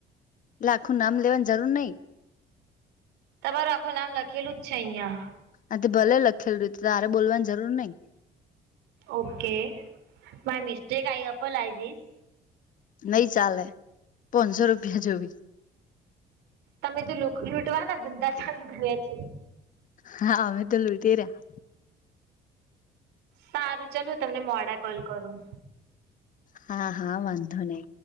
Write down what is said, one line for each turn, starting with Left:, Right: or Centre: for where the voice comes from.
Left: આખું નામ લેવાની જરૂર નઈ.
Right: તમારું આખું નામ લખેલું જ છે અહિયાં.
Left: આથી ભલે લખેલું તો તારે બોલવાની જરૂર નઈ.
Right: Okay my mistake I up I જિસ.
Left: નઈ ચાલે પોનસો રૂપિયા જોવી.
Right: તમે તો લૂંટવાના ધંધા ચાલુ કરીયા‌ છે.
Left: હા અમે તો લૂટી રહ્યા
Right: સારું ચાલ હું તમને મોડા કોલ કરું.
Left: હા હા વાંધો નહિ.